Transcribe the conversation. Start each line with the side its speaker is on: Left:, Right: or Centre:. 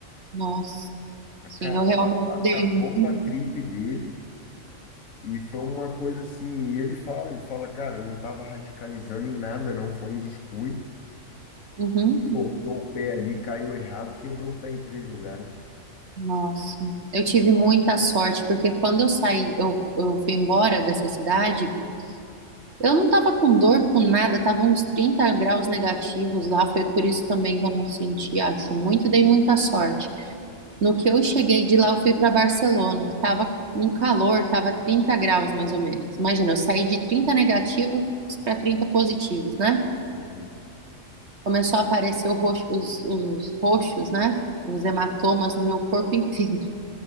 Right: Nossa,
Left: Acabou,
Right: sim, eu realmente
Left: acabou
Right: dei muito.
Left: com a trip dele. E foi uma coisa assim, e ele fala, ele fala, cara, eu não estava radicalizando em nada, não, foi um descuido.
Right: Uhum.
Left: Tortou o pé ali, caiu errado, quebrou o pé em três lugares.
Right: Nossa, eu tive muita sorte, porque quando eu saí, eu, eu fui embora dessa cidade, eu não tava com dor, com nada, tava uns 30 graus negativos lá, foi por isso também que eu não senti, acho muito, e dei muita sorte. No que eu cheguei de lá, eu fui para Barcelona, que tava um calor, tava 30 graus mais ou menos. Imagina, eu saí de 30 negativos para 30 positivos, né?
Left: Uhum.
Right: começou a aparecer o roxo- os, os roxos, né? Os hematomas no meu corpo <laughs> inteiro.